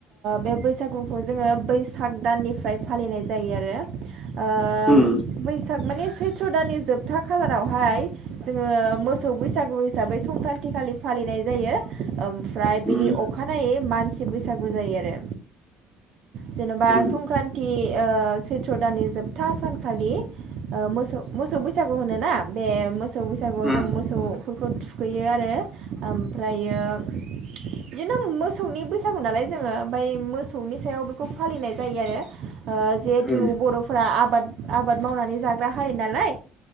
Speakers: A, on the right; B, in the centre.
A: बे बैसागुखौ जोङो बैसाग दाननिफ्राय फालिनाय जायो आरो ओ
B: उम
A: बैसाग माने सैथ्र' दाननि जोबथा खालारावहाय जोङो मोसौ बैसागु हिसाबै संक्रान्त थिखालि फालिनाय जायो ओमफ्राय बिनि
B: उम
A: अखानायै मानसि बैसागु जायो आरो जेन'बा
B: उम
A: संक्रान्ति सैथ्र' दाननि जोबथा सानखालि मोसौ मोसौ बैसागु होनोना बे मोसौ बैसागुआव
B: उम
A: जों मोसौ फोरखौ थुखैयो आरो ओमफ्रायो बिदिनो मोसौनि बैसागु नालाय जोङो ओमफ्राय मोसौनि सायाव खौ फालिनाय जायो आरो जिहेथु
B: उम
A: बर'फोरा आबाद आबाद मावनानै जाग्रा हारि नालाय